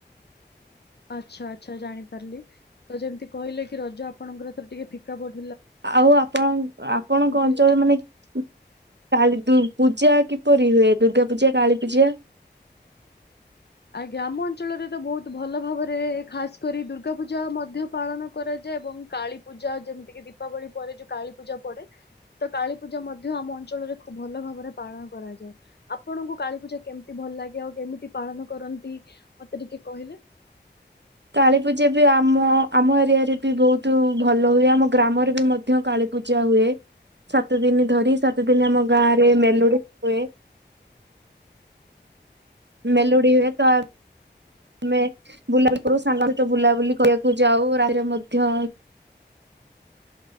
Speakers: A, on the left; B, on the right.
A: ଆଚ୍ଛା ଆଚ୍ଛା ଜାଣିପାରିଲି ତ ଯେମତି କହିଲେ କି ରଜ ଆପଣଙ୍କର ଏଥର ଟିକେ ଫିକା ପ
B: ଆଉ ଆପଣ ଆପଣଙ୍କ ଅଞ୍ଚଳ
A: ହେଇଯାଇଥିଲା।
B: ମାନେ ଉଁ କାଳୀ ଦୁ ପୂଜା କିପରି ହୁଏ ଦୁର୍ଗା ପୂଜା କାଳୀ ପୂଜା?
A: ଆଜ୍ଞା ଆମ ଅଞ୍ଚଳରେ ତ ବୋହୁତ ଭଲ ଭାବରେ ଖାସ୍ କରି ଦୁର୍ଗା ପୂଜା ମଧ୍ୟ ପାଳନ କରା ଯେ ଏବଂ କାଳୀପୂଜା ଯେମିତି କି ଦୀପାବଳି ପରେ ଯୋଉ କାଳୀପୂଜା ପଡ଼େ ତ କାଳୀପୂଜା ମଧ୍ୟ ଆମ ଅ ଞ୍ଚଳରେ ଖୁବ ଭଲ ଭାବରେ ପାଳନ କରାଯାଏ ଆପଣଙ୍କୁ କାଳୀ ପୂଜା କେମତି ଭଲ ଲାଗେ ଆଉ କେମିତି ପାଳନ କରନ୍ତି ମତେ ଟିକେ କହିଲେ।
B: କାଳୀ ପୂଜା ବି ଆମ ଆମ ଏରିଆରେ ବି ବୋହୁତୁ ଭଲ ହୁଏ ଆମ ଗ୍ରାମରେ ବି ମଧ୍ୟ କାଳୀ ପୂଜା ହୁଏ ସାତ ଦିନି ଧରି ସାତ ଦିନି ଆମ ଗାଁରେ ମେଲୋଡି଼ ହୁଏ। ମେଲୋଡି଼ ହୁଏ ତ ମେ ବୁଲାବୁଲି କରୁ ସାଙ୍ଗ ସହିତ ବୁଲାବୁଲି କରିବାକୁ ଯାଉ ରାତିରେ ମଧ୍ୟ <inaudible>